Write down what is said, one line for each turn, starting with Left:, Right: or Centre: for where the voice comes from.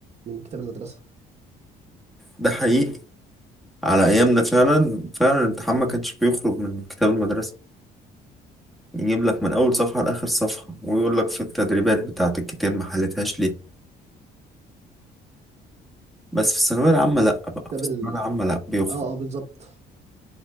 Right: من كتاب المدرسه
Centre: ده حقيقي على ايامنا فعلا فعلا الامتحان ما كانش بيخرج من كتاب المدرسه يجيب لك من اول صفحه لاخر صفحه ويقول لك في التدريبات بتاعه الكتاب ما حلتهاش ليه بس في الثانوية العامة لأ بقى
Right: كتاب
Centre: في
Right: ال...
Centre: الثانوية العامة لأ بيخرج
Right: اه اه بالظبط